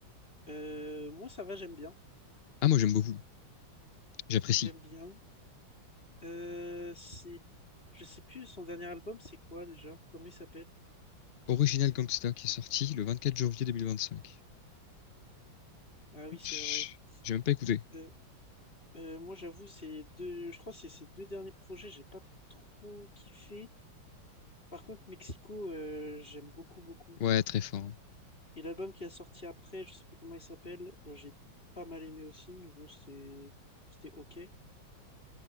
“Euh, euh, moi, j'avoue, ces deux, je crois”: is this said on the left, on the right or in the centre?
Left